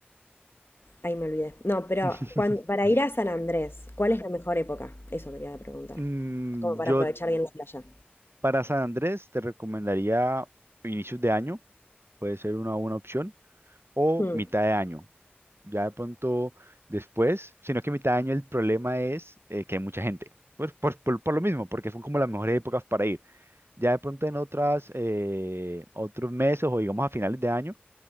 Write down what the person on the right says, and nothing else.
<laughs>
Mm,
yo
Para San Andrés te recomendaría inicios de año, puede ser una buena opción, o
mitad de año. Ya de pronto después, sino que mitad de año el problema es eh, que hay mucha gente. Pues por, por, por lo mismo, porque son como las mejores épocas para ir. Ya de pronto en otras, eh, otros meses o digamos a finales de año,